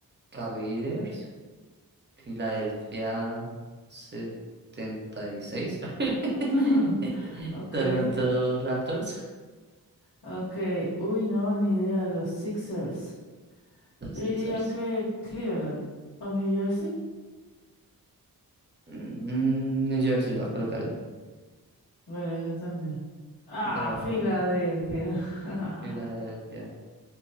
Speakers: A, on the right; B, on the left.
A: Cavaliers Filadelfia 76, <laughs>
B: <laughs> Ok,
A: Toronto Raptors.
B: ok. Uy, no, ni idea, los Sixers.
A: Los
B: Yo
A: Sixers.
B: diría que Cleveland o New Jersey.
A: Mm, New Jersey va a colocar yo.
B: Bueno, yo también. Ah,
A: No,
B: Filadelfia. <laughs>
A: Filadelfia